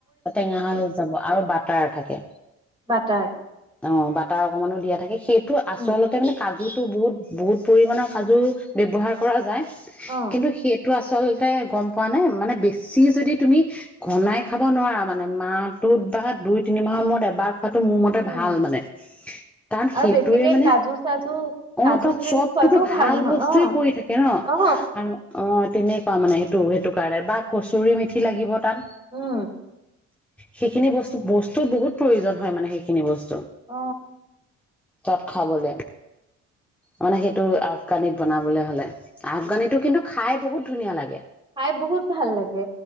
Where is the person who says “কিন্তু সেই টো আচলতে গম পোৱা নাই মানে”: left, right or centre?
Centre